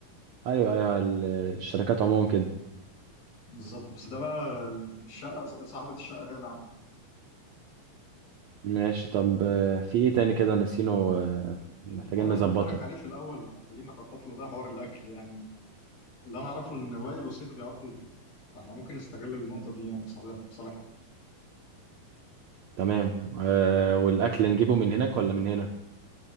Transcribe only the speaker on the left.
بالظبط بس ده بقى الشقه صاحبه الشقه هي اللي عامله
الحوار
اللي قلت لك عليه في الاول محتاجين نخطط له ده حوار الاكل يعني اللي انا اعرفه ان وائل وسيف بيعرفوا يطبخوا فاحنا ممكن نستغل النقطه دي يعني في صالح في صالح